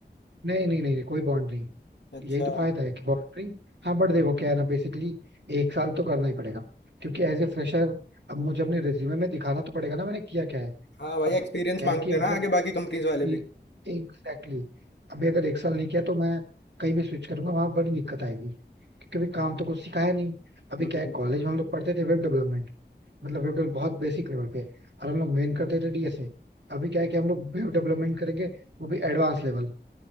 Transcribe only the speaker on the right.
नहीं नहीं नहीं, नहीं कोई बॉन्ड नहीं
यही तो फायदा है कि बॉन्ड नहीं हाँ बट देखो क्या है ना बेसिकली एक साल तो करना ही पड़ेगा क्योंकि एज ए फ्रेशर अब मुझे अपने रिज्यूमे में दिखाना तो पड़ेगा ना मैंने किया क्या है
अब
क्या
है कि
मतलब
एक्स
की
एग्जैक्टली exactly, अभी अगर एक साल नहीं किया तो मैं कहीं भी स्विच करूंगा वहां बड़ी दिक्कत आएगी क्योंकि अभी काम तो कुछ सिखाया नहीं अभी
क्या है कॉलेज में हम लोग पढ़ते थे वेब डेवलपमेंट मतलब वेब डेवलप बहुत बेसिक लेवल पे और हम लोग मेन करते थे डीएसए अभी क्या है कि हम लोग वेब डेवलपमेंट करेंगे वो भी एडवांस लेवल